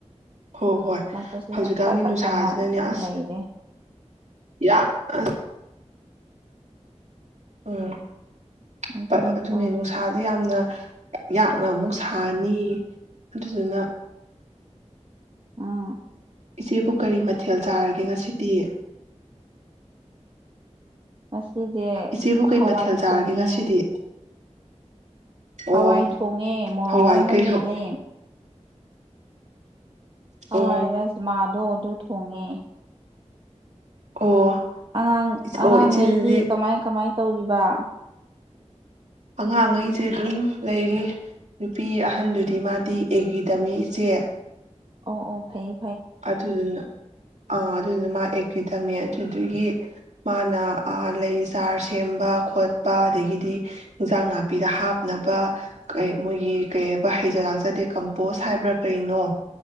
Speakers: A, on the right (about 75°); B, on the right (about 45°).
A: ꯍꯣ-ꯍꯣꯏ
B: ꯀꯜꯂꯛꯄꯁꯤꯗ
A: ꯍꯧꯖꯤꯛꯀꯥꯟꯒꯤ
B: ꯄꯠ ꯄꯠꯇꯅ
A: ꯅꯨꯡꯁꯥꯁꯤꯗꯅꯦ ꯑꯁ
B: ꯂꯩꯔꯦ
A: ꯌꯥꯝ ꯑꯁ ꯎꯝ <unintelligible>
B: ꯑꯗꯨꯅꯤ
A: ꯑꯗꯨꯅꯦ
B: ꯇꯧꯔꯤꯁꯦ
A: ꯅꯨꯡꯁꯥꯖꯦ ꯌꯥꯝꯅ ꯌꯥꯛꯅ ꯑꯃꯨꯛ ꯁꯥꯥꯅꯤ ꯑꯗꯨꯗꯨꯅ
B: ꯎꯝ
A: ꯏꯆꯦꯕꯨ ꯀꯔꯤ ꯃꯊꯦꯜ ꯆꯥꯔꯥꯒꯦ ꯉꯁꯤꯗꯤ
B: ꯉꯁꯤꯖꯦ
A: ꯏꯆꯦꯕꯨ ꯀꯔꯤ
B: ꯍꯋꯥꯏ
A: ꯃꯊꯦꯜ ꯆꯥꯔꯒꯦ
B: ꯊꯣꯡꯉꯦ
A: ꯉꯁꯤꯗꯤ ꯑꯣ
B: ꯍꯋꯥꯏ ꯊꯣꯡꯉꯦ ꯃꯣꯔꯣꯛ
A: ꯍꯋꯥꯏ
B: ꯑꯃꯃ
A: ꯀꯩ
B: ꯃꯦꯠꯂꯦ
A: ꯍꯧ ꯑꯣ
B: ꯑꯋꯥꯏ ꯔꯁ ꯃꯥꯗꯣ ꯑꯗꯨ ꯊꯣꯡꯉꯦ
A: ꯑꯣ
B: ꯑꯉꯥꯡ-ꯑꯉꯥꯡꯉꯩꯗꯤ
A: ꯏꯆ- ꯑꯣ ꯏꯆꯦꯗꯨꯗꯤ
B: ꯀꯃꯥꯏ-ꯀꯃꯥꯏ ꯇꯧꯔꯤꯕ
A: ꯑꯉꯥꯡꯉꯩꯖꯦ ꯑꯗꯨꯝ ꯂꯩꯔꯤ ꯅꯨꯄꯤ ꯑꯍꯟꯗꯨꯗꯤ ꯃꯥꯗꯤ ꯑꯦꯒ꯭ꯔꯤ ꯇꯝꯃꯤ ꯏꯆꯦ
B: ꯑꯣ-ꯑꯣ ꯐꯩ
A: ꯑꯗꯨꯗꯨꯅ ꯑꯥ ꯑꯗꯨꯗꯨꯅ ꯃꯥ ꯑꯦꯒ꯭ꯔꯤ ꯇꯝꯃꯤ ꯑꯗꯨꯗꯨꯒꯤ ꯃꯥꯅ ꯑꯥ ꯂꯩ ꯆꯥꯔ ꯁꯦꯝꯕ ꯈꯣꯠꯄ ꯑꯗꯒꯤꯗꯤ ꯏꯟꯖꯥꯡ ꯅꯥꯄꯤꯗ ꯍꯥꯞꯅꯕ ꯀꯩꯪ ꯃꯣꯏꯒꯤ ꯀꯩ ꯍꯥꯏꯕ ꯍꯩꯖ ꯂꯥꯛꯆꯗꯦ ꯀꯝꯄꯣꯁ ꯍꯥꯏꯕ꯭ꯔꯥ ꯀꯩꯅꯣ